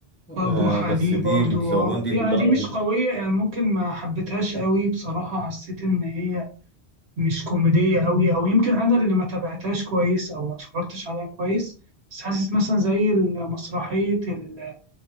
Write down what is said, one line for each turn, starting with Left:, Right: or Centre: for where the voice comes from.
Left: آه
Right: اه جحا
Left: بس
Right: دي
Left: دي
Right: برضو
Left: متزوجون
Right: اه
Left: دي
Right: يعني
Left: اللي ضربت
Right: دي مش قوية يعني ممكن ما حبيتهاش قوي بصراحة حسيت إن هي مش كوميدية قوي أو يمكن أنا اللي ما تابعتهاش كويس أو ما اتفرجتش عليها كويس بس حاسس مثلا زي مسرحية ال-